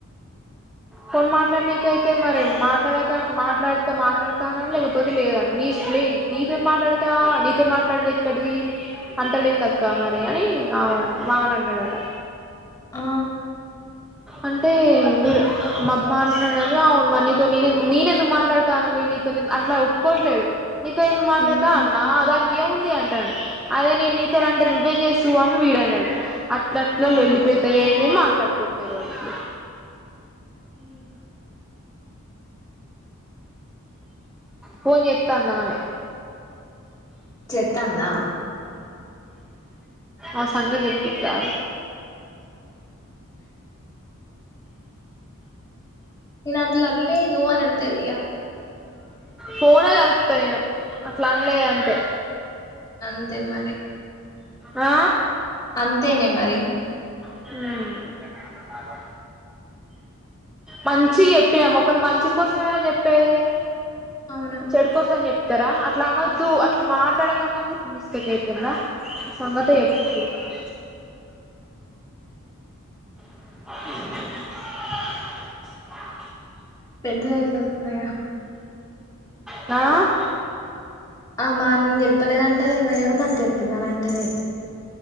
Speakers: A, in the centre; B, on the left.
A: ఫోన్ మాట్ ఇట్లా నీకైతే మరి మాట్లాడద మాట్లాడ్ మాట్లాడతాన లేకపోతే లేదని నీ లే నీతో మాట్లాడతా నీతో మాట్లాడతే ఇక్కడిది అంటల్ దేన్దక్క మరి అని ఆ బావని అన్నాడట
B: ఆ
A: అంటే వీడు మా బావన్ అన్నారు అవును మరి నీతో నే నేనెందుకు మాట్లాడుత తను వెళ్లి నీతో అట్లా ఒప్పుకోట్లేడు నీతో ఎందుకు మాట్లాడతా
B: హ్మ్
A: అన్నా దానికి ఏముంది అంటాడు అదే నేను నీతోన అంటే నువ్వేం చేస్తూ అని వీడన్నాడు అట్లట్లే
B: అవును
A: లోల్లి పెద్దగాయింది మాట్లాడుకోవట్లేరు వాళ్ళు ఇప్పుడు
B: రియా
A: పోన్ జేత్తా ఉంది ఆమె
B: చెతాన్దా
A: ఆ సంగదిట్లా
B: నేను అట్ల లేదు అని అంటదిగా
A: ఫోనే కలుపుతా నేను అట్లా అనలే అంటే
B: అంతే మరి
A: ఆ
B: అంతేనే మరి
A: హుమ్ మంచిగ చెప్పినా ఒకరు మంచి కోసంమే గ చెప్పేది
B: అవును
A: చెడు కోసం చెప్తారా అట్లా అనొద్దు అట్లా మాట్లాడకన్నా మిస్టేక్ అయిపోయిందా <unintelligible> హు
B: పెద్దది అయిపోతుందిగా
A: ఆ
B: ఆమ్ అన్ చెప్పలేదంటీ ఏమేమైనా నాకు చెప్పిననంటేది